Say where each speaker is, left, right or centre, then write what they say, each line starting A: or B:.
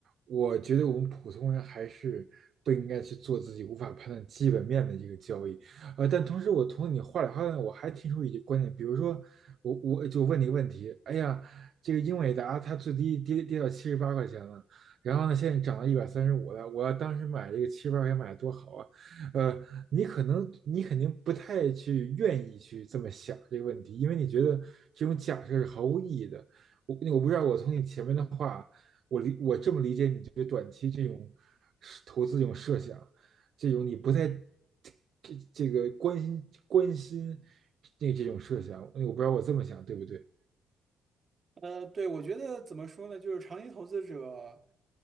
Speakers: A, on the right; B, on the right.
A: 我觉得我们普通人还是不应该去做自己无法判断基本面的这个交易，呃，但同时我从你话里话外我还提出一些观点，比如说我我就问你一个问题，哎呀，这个英伟达它最低跌跌到七十八块钱了，然后呢现在涨到一百三十五了，我要当时买这个七十八块钱买多好啊，呃，你可能你肯定不太去愿意去这么想这个问题，因为你觉得这种假设是毫无意义的。我那我不知道，我从你前面的话，我理我这么理解你对短期这种是投资这种设想，这种你不太这这个关心关心那这种设想，我不知道我这么想对不对？
B: 呃，对，我觉得怎么说呢，就是长期投资者，